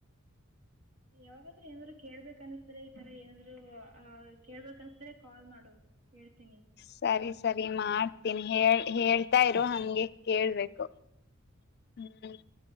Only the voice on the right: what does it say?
ಯಾವಾಗಾದ್ರು ಏನಾದ್ರು ಕೇಳ್ಬೇಕ್ ಅನ್ನುಸ್ ಸರೆ ಇತರ ಏನಾದ್ರು. ಆ ಕೇಳ್ಬೇಕ್ ಅನ್ಸಿದ್ರೆ ಕಾಲ್ ಮಾಡು. ಹೇಳ್ತೀನಿ